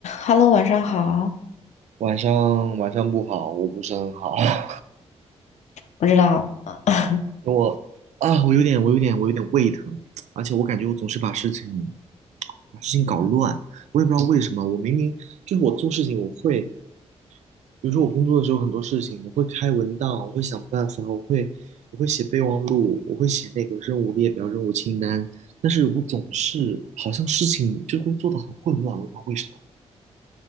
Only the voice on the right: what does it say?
晚上晚上不好，我不是很好，<laughs>
因为我啊，我有点我有点我有点胃疼，而且我感觉我总是把事情把事情搞乱，我也不知道为什么。我明明就是我做事情，我会，比如说我工作的时候很多事情，我会开文档，我会想办法，我会我会写备忘录，我会写那个任务列表、任务清单，但是我总是好像事情就会做的很混乱，我也不知道为什么。